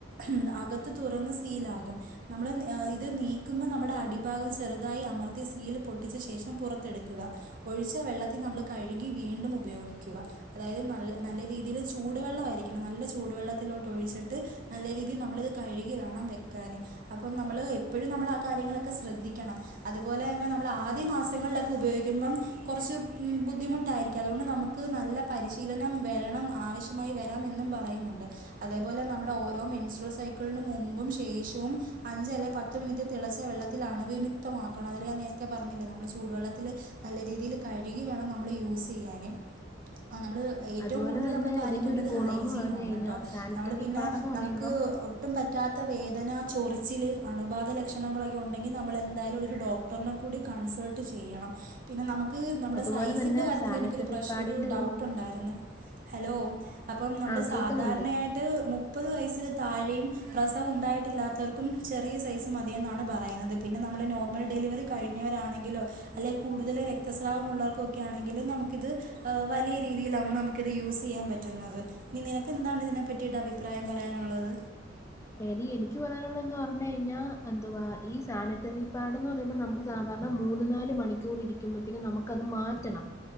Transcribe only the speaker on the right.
ഉം അകത്ത് തുറന്ന് സീലാകും നമ്മള് ഇത് നീക്കുമ്പോൾ നമ്മടെ അടിഭാഗം ചെറുതായി അമർത്തി സീൽ പൊട്ടിച്ച ശേഷം പുറത്തെട്ക്ക്ക ഒഴിച്ച വെള്ളത്തി നമ്മള് കഴ്കി വീണ്ടും ഉപയോഗിക്കുക അതായത് നല്ല നല്ല രീതീല് ചൂടുവെള്ളമായിയിരിക്കണം നല്ല ചൂടുവെള്ളത്തിലോട്ട് ഒഴിച്ചിട്ട് നല്ല രീതിൽ നമ്മളിത് കഴുകി വേണം വെക്കാന്. അപ് അപ്പം നമ്മള് എപ്പഴും നമ്മളാകാര്യങ്ങളക്കെ ശ്രദ്ധിക്കണം അതുപോലതന്നെ നമ്മളാദ്യ മാസങ്ങളിലക്കെ ഉപയോഗിക്കുമ്പം കൊറ്ച്ച് ബുദ്ധിമുട്ടായിരിക്കും. അതുകൊണ്ട് നമുക്ക് നല്ല പരിശീലനം വരണം ആവശ്യ മായി വെരാമെന്നും പറയുന്നുണ്ട്. അതേപോലെ നമ്മുടെ ഓരോ മെൻസ്റോ സൈക്കിളിന് മുമ്പും ശേഷോം. അഞ്ച് അല്ലെ പത്ത് മിനിറ്റ് തിളച്ച വെള്ളത്തിൽ അണുവിമുക്തമാക്കണം. അയ്ല് ഞാൻ നേരത്തെ പറഞ്ഞില്ലേ നമ്മള് ചൂടുവെള്ളത്തില്. നല്ല രീതീല് കഴുകി വേണം നമ്മള് യൂസ്യയ്യാന്. ആഹ് നമ്മള് ഏറ്റവും
കൂടുതല്
നമ്മള് പാലിക്കേണ്ടത്
ഹൈജീനാണ്
കെട്ടോ.
നമ്മള് പിന്നെ
നമുക്ക്. ഒട്ടും പറ്റാത്ത വേദന ചൊറിച്ചില് അണുബാധ ലക്ഷണങ്ങളക്കെ ഉണ്ടെങ്കിനമ്മള് എന്തായാലും ഒരു ഡോക് ഡോക്ടറിനെ കൂടി കൺസേൾട്ട് ചെയ്യണം. പിന്നെ നമക്ക് നമ്മടെ
സൈസിൻ്റെ
കാര്യത്തിൽ
എനിക്കൊരു പ്രശ്
ഒരു ഡൗട്ട് ഉണ്ടായിരുന്നു. ഹലോ. അപ്പം നമ്മള്
സാധാര്ണയായ് ത് മുപ്പത് വയസ്സിൽ താഴേയും പ്രസവം ഉണ്ടായിട്ടില്ലാത്തവർക്കും ചെറിയ സൈസ് മതി എന്നാണ് പറയണത്. പിന്നെ നമ്മള് നോർമൽ ഡെലിവറി കഴിഞ്ഞവരാണെങ്കിലു അല്ലെ കൂടുതല് രക്തസ്രാവം ഉള്ളോ ൽക്കൊക്കെ ആണെങ്കിലും നമുക്കിത്. ഹ് വലിയ രീതിയിലാണ് നമുക്ക് ഇത് യൂസ് ചെയ്യാൻ പറ്റുന്നത്. ഇനി നിനക്കെന്താണ് ഇതിനെ പറ്റി റ്റിട്ട അഭിപ്രായം പറയാന്ള്ളത്.